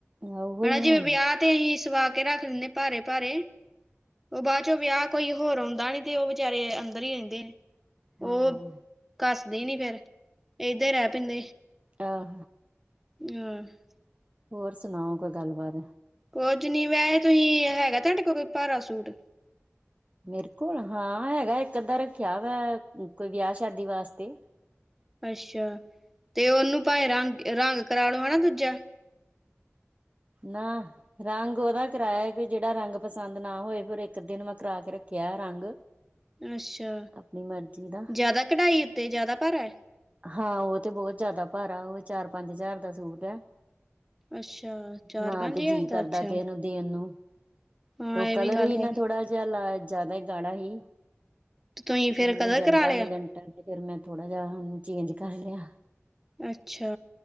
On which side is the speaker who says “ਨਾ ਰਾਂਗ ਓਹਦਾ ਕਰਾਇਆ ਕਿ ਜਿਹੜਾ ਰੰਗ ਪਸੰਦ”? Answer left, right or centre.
Right